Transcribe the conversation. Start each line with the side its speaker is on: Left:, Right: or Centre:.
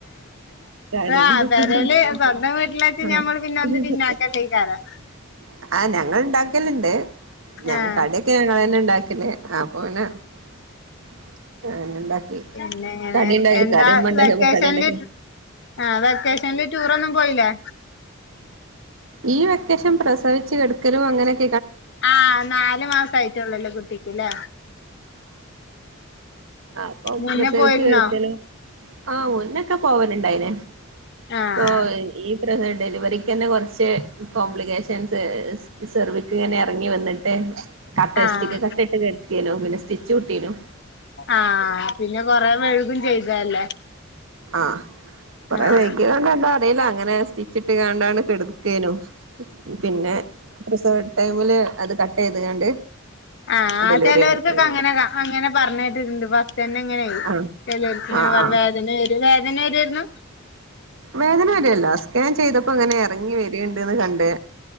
Right: കടി
Left: ആഹ്
Right: എന്തൊക്കെ
Left: പെരേല്
Right: ഉണ്ടാക്കുന്നെ
Left: സ്വന്തം വീട്ടിലാച്ച്
Right: ആഹ്
Left: ഞമ്മള് പിന്നെ
Right: <unintelligible>
Left: ഒന്ന് പിന്നാക്കല്ലേക്കാരം
Right: ആഹ് ഞങ്ങൾണ്ടാ ക്കല്ണ്ട് ഞങ്ങ
Left: ആഹ്
Right: കടിക്കെ ഞങ്ങളെ ന്നെ ഉണ്ടാക്കല് ആ അപ്പൊ പിന്നെ <unintelligible>
Left: പിന്നെങ്ങനെ
Right: കടിണ്ടാക്കി
Left: എന്താ
Right: കറിമ്മ ഉണ്ടാക്കിയപ്പോ
Left: വെക്കേഷനില്
Right: കടിണ്ടാക്കി
Left: ട്രിപ്പ്‌ ആ വെക്കേഷനിൽ ടൂറൊന്നും പോയില്ലേ
Right: ഈ വെക്കേഷൻ പ്രസവിച്ചു കെടക്കലും അങ്ങനെക്കെ
Left: ആ നാലു മാസ ആയിട്ട്ടൊള്ളൂല്ലേ കുട്ടിക്ക്‌ ല്ലേ
Right: ആഹ് അപ്പൊ
Left: മുന്നേ
Right: പ്രസവിച്ചു
Left: പോയിരുന്നോ
Right: കെടക്കലും ആ മുന്നൊക്കെ പോവലുണ്ടായിന്
Left: ആഹ്
Right: ഇപ്പൊ ഈ പ്രസവ ഡെലിവറിക്ക് തന്നെ കുറച്ച് കോംപ്ലിക്കേഷൻസ് സെർവ്ക്ക്ങ്ങനെ ഇറങ്ങി വന്നിട്ട് കട്ട
Left: ആഹ്
Right: ഇഷ്ട്ടിക കട്ട ഇട്ട് കെടെക്ക്യനു പിന്ന സ്റ്റിച്ച് ഇട്ടീനൂ
Left: ആഹ പിന്നെ കൊരേവൈഴുകും ചെയ്തല്ലേ
Right: ആഹ് കൊറേ
Left: ആഹ്
Right: വൈകി തൊണ്ടെ എന്താ അറീല അങ്ങനെ സ്റ്റിച്ചിട്ട് ക്കാണ്ടാണ് കെടെക്കേനു പിന്നെ പ്രസവടു ടൈമില് അത് കട്ട് ചെയ്ത്കാണ്ട്
Left: ആ
Right: ഡെലിവറി
Left: ചിലോർക്കൊക്കെ
Right: നടന്നത്
Left: അങ്ങനെ അങ്ങനെ പറഞ്ഞു കെട്ടു ണ്ട് ഫസ്റ്റ് ന്നെ ഇങ്ങനെ പറിം
Right: ആഹ്
Left: ചിലോ ർക്ക്ങ്ങനെ
Right: ആഹ്
Left: പറിം
Right: ആഹ്
Left: വേദന വരും വേദന വരേർന്നു
Right: വേദന വരുല്ല സ്കാൻ ചെയ്തപ്പോ ഇങ്ങനെ ഇറങ്ങി വരുണ്ട്ന്ന് കണ്ട്